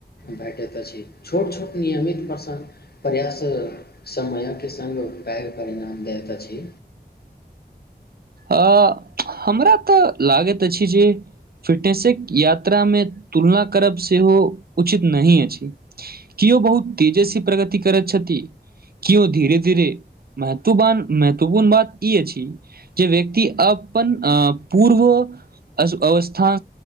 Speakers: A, on the left; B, on the right.
A: भेटैत अछि, छोट-छोट नियमित प्रस प्रयास समयक संग पैघ परिणाम दैत अछि।
B: आ हमरा ते लागैत अछि जे फिटनेसक यात्रा मे तुलना करब सेहो उचित नहिही अछि केओ बहुत तेजसँ प्रगति करैत छथि केओ धीरे धीरे महत्व महत्वपूर्ण बात ई अछि जे व्यक्ति अपन अ पूर्व अवस्थाँ